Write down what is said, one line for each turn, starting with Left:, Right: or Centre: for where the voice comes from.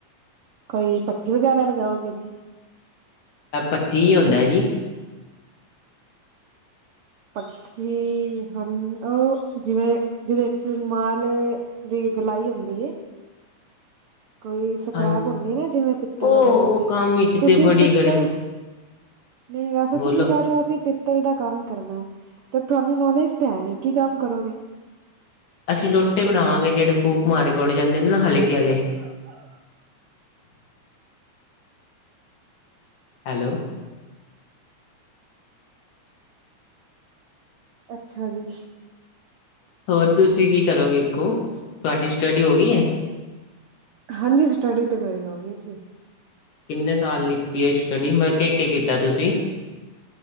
Right: ਕੋਈ ਪੱਖੀ ਵਗੈਰਾ ਲਗਾਓਗੇ ਜੀ?
Left: ਏ ਭੱਠੀ ਈ ਹੋਂਦਾ ਜੀ?
Right: ਪੱਖੀ, ਹਨ, ਉਹ ਜਿਵੇਂ ਜਿਹਦੇ ਚ ਮਾਲੋ ਦੀ ਗਲਾਈ ਹੁੰਦੀ ਏ ਕੋਈ ਸਕ੍ਰੈਪ
Left: ਹਾਂਜੀ
Right: ਹੁੰਦੀ ਨਾ, ਜਿਵੇਂ ਪਿੱਤਲ
Left: ਉਹ
Right: ਵਗੈਰਾ ਦੀ
Left: ਕੰਮ ਵਿੱਚ
Right: ਤੁਸੀਂ
Left: ਤੇ ਬੜੀ
Right: ਪਿੱਤਲ
Left: ਗਰਮ
Right: ਨਹੀਂ ਵੈਸੇ
Left: ਬੋਲੋ
Right: ਤੁਸੀਂ ਕਹਿ ਰਹੇ ਹੋ ਅਸੀਂ ਪਿੱਤਲ ਦਾ ਕੰਮ ਕਰਨਾ ਤੇ ਤੁਹਾਨੂੰ ਨੌਲੇਜ ਤਾਂ ਹੈ ਨੀ ਕੀ ਕੰਮ ਕਰੋਗੇ
Left: ਅਸੀਂ ਲੋੋਟੇ ਬਣਾਵਾਂਗੇ ਜਿਹੜੇ ਫੂਕ ਮਾਰ ਕੇ ਉਡੜ ਜਾਂਦੇ ਨੇ ਨਾ ਹਲਕੇ ਆਲੇ
Right: <inaudible>
Left: ਹੈਲੋ
Right: ਅੱਛਾ ਜੀ
Left: ਹੋਰ ਤੁਸੀਂ ਕੀ ਕਰੋਗੇ ਅੱਗੋਂ ਤੁਹਾਡੀ ਸਟੱਡੀ ਹੋ ਗਈ ਹੈ
Right: ਹਾਂਜੀ ਸਟੱਡੀ ਤੇ ਮੇਰੀ ਹੋ ਗਈ ਸੀ
Left: ਕਿੰਨੇ ਸਾਲ ਲਿੱਤੀ ਹੈ ਸਟੱਡੀ, ਮਤਲਬ ਕੇ ਕੀਤਾ ਤੁਸੀਂ?